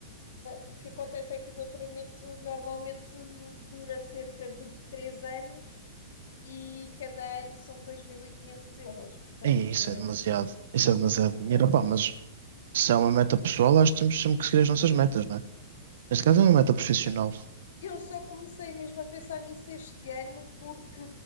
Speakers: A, on the left (about 70°); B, on the right (about 65°).
A: O que acontece é que o doutoramento normalmente dura cerca de 3 anos e cada ano são 2.500 euros. Portanto,
B: Ei, isso é demasiado, isso é demasiado
A: exato.
B: dinheiro, pá, mas se é uma meta pessoal, acho que temos sempre que seguir as nossas metas, não é? Neste caso é uma meta profissional.
A: Eu só comecei mesmo a pensar nisso este ano porque,